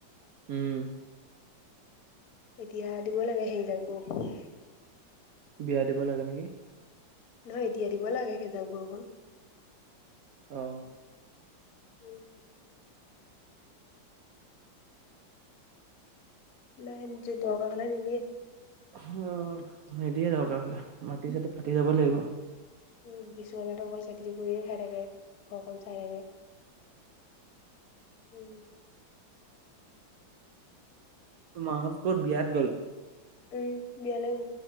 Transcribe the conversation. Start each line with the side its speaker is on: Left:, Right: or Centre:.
Right: উম
Left: এতিয়া দিব লাগে সেই জাক বৰষুণ।
Right: বিয়া দিব লাগে নেকি?
Left: নহয় এতিয়া দিব লাগে সেইজাক বৰষুণ
Right: অ।
Left: উম। নাই নিজে <unintelligible> নিদিয়ে
Right: উম, নিদিয়ে দৰকাৰ হলে মাটি চাটি ফাটি যাব লাগিব।
Left: উম কিছুমানেতো অকল খেতি কৰিয়ে খাই থাকে ঘৰখন চাই থাকে। হম।
Right: মাহত ক'ত বিয়াত গ'ল?
Left: উম বিয়ালে গ'ল।